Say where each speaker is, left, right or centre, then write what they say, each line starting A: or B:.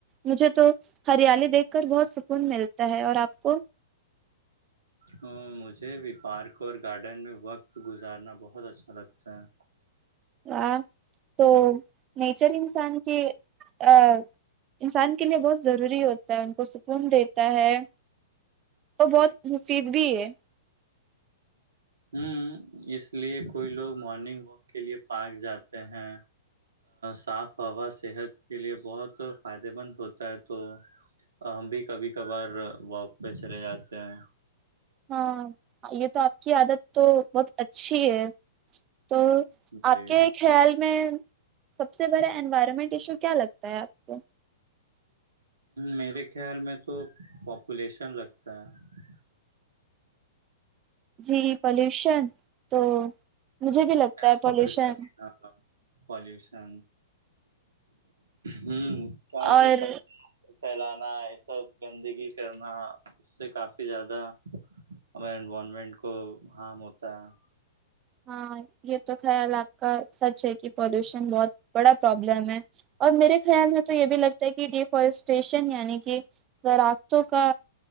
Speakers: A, on the right; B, on the right.
A: مجھے تو ہریالی دیکھ کر بہت سکون ملتا ہے اور آپ کو رک
B: ہ مجھے بھی پارک اور گارڈن میں وقت گزارنا بہت اچھا لگتا ہے
A: و تو نیچر انسان کے ا انسان کے لیے بہت روری ہو ہے کو سکون د ہے اور بہت مصید بھی ہے
B: ہوں اس لیے کوئی لوگ مارننگ واک کے لیے پارک جاتے ہیں صاف ہوا صحت کے لیے بہت فائدے مند ہوتا ہے تو ہم بھی کبھی کبھار واک پہ چلے جاتے ہیں
A: ہاں یہ تو آپ کی عادت تو بہت اچھی ہے تو
B: جی
A: آپ کے خیال اس میں سب سے بڑا انوائرمنٹ ایشو کیا لگتا ہے آپ کو
B: میرے خیال میں تو پاپولیشن لگتا ہے
A: جی پلیوشن تو مجھے بھی لگتا ہے
B: سوری
A: پالوشن
B: سوری پالوشن ہ کیا
A: اور
B: کہ کچرا پھیلانا یہ سب گندگی کرنا اس سے کافی زیادہ ہمے انوائرمنٹ کو ہارم ہوتا ہے
A: ہاں یہ تو خیال آپ کا سچ ہے کہ پولوشن بہت بڑا پرابلم ہے اور میرے خیال میں تو یہ بھی لگتا ہے کہ ڈیفارسٹریشن یعنی کہ دراختوں کا